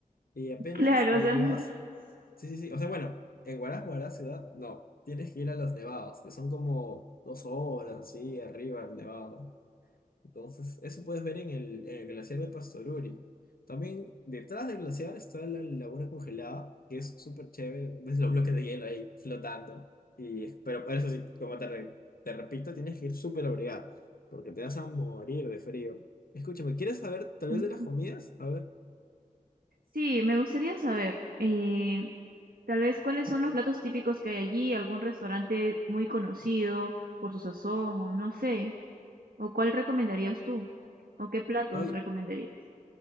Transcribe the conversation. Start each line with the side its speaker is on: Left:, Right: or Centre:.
Left: Y
Right: <laughs>
Left: apenas
Right: Claro,
Left: llegas,
Right: o sea, <laughs>
Left: sí, sí, sí, o sea, bueno, en Huaraz, Huaraz ciudad, no, tienes que ir a los nevados, que son como dos horas así arriba el nevado. Entonces, eso puedes ver en el, en el glaciar de Pastoruri. También detrás del glaciar está la laguna congelada, que es súper chévere. Ves los bloques de hielo ahí flotando. Y, pero eso sí, como te, re- te repito, tienes que ir súper abrigada, porque te vas a morir de frío. Escúchame, ¿quieres saber tal
Right: nosotros-
Left: vez de las comidas? A ver,
Right: Sí, me gustaría saber, eh, tal vez cuáles son los platos típicos que hay allí, algún restaurante muy conocido por su sazón, o no sé, o cuál recomendarías tú, o qué platos
Left: hoy,
Right: recomendarías.